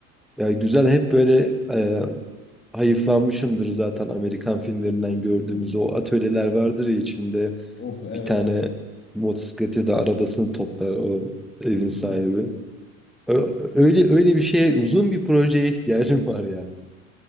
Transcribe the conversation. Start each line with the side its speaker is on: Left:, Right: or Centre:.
Centre: Ya güzel hep böyle e, hayıflanmışımdır zaten Amerikan filmlerinden gördüğümüz
Left: <laughs>
Centre: o atölyeler vardır ya içinde
Left: Of evet.
Centre: bir tane motosiklet ya da arabasını toplar o evin
Left: <laughs>
Centre: sahibi. Ö- Öyle öyle bir şeye uzun bir projeye ihtiyacım var ya.